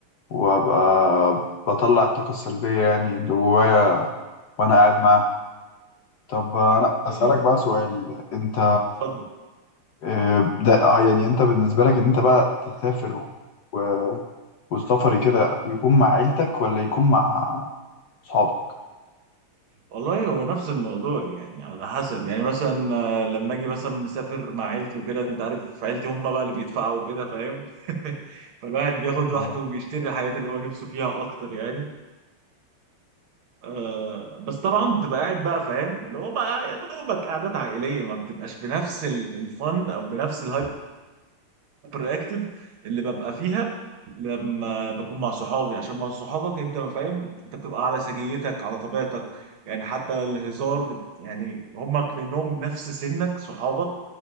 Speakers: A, on the left; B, on the right.
A: وابقى بطلع الطاقة السلبية يعني اللي جوايا وانا قاعد معاهم طب انا اسألك
B: ايوه
A: بقى
B: أيوة.
A: سؤال انت
B: اتفضل
A: آه، ده اه يعني انت بالنسبة لك ان انت بقى تسافر و... و- والسفر كده يكون مع عيلتك ولا يكون مع اصحابك
B: والله هو نفس الموضوع يعني على حسب يعني مثلا آه، لما اجي مثلا مسافر مع عيلتي وكده انت عارف عيلتي هم بقى اللي بيدفعوا وكده فاهم <laughs> فالواحد بياخد راحته
A: أيوة.
B: وبيشتري الحاجات اللي هو نفسه فيها اكتر يعني آه بس طبعا بتبقى قاعد بقى فاهم اللي هو بقى يا دوبك قعدات عائليه ما بتبقاش بنفس ال- الفن او بنفس الهايبر اكتف اللي ببقى فيها لما بكون مع صحابي عشان مع صحابك انت فاهم انت بتبقى على سجيتك على طبيعتك يعني حتى الهزار بت... يعني هم كأنهم نفس سنك صحابك